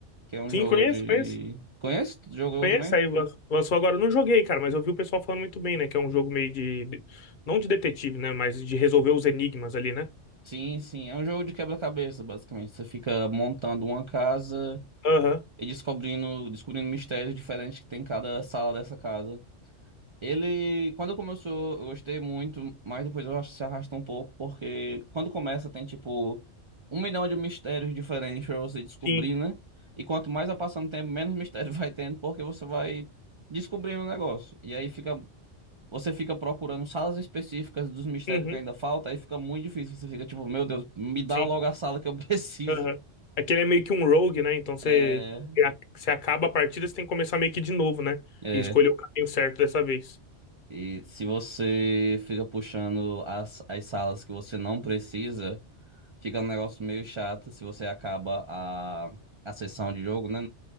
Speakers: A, on the right (about 40°); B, on the left (about 50°).
A: Que é um
B: sim,
A: jogo
B: conheço,
A: de.
B: conheço.
A: Conhece? Tu jogou
B: Conhece?
A: também?
B: Aí lan- lançou agora. Não joguei, cara, mas eu vi o pessoal falando muito bem, né? Que é um jogo meio de. de- Não de detetive, né? Mas de resolver os enigmas ali, né?
A: Sim, sim. É um jogo de quebra-cabeça, basicamente. Você fica montando uma casa
B: Aham,
A: e descobrindo, descobrindo mistérios diferentes que tem em cada sala dessa casa. Ele, quando começou, eu gostei muito, mas depois eu acho que se arrastou um pouco, porque quando começa tem tipo um milhão de mistérios diferentes pra você descobrir,
B: sim.
A: né? E quanto mais vai passando o tempo, menos mistério <laughs> vai tendo, porque você vai descobrindo o negócio. E aí fica, você fica procurando salas específicas dos mistérios
B: Uhum,
A: que ainda falta, aí fica muito difícil. Você fica tipo, meu Deus, me dá
B: sim.
A: logo a sala que eu <laughs> preciso.
B: Aham. Aquele é meio que um rogue, né? Então você,
A: É,
B: você acaba a partida, você tem que começar meio que de novo, né?
A: é.
B: E escolher o caminho certo dessa vez.
A: E se você fica puxando as, as salas que você não precisa. Fica um negócio meio chato se você acaba a, a sessão de jogo, né?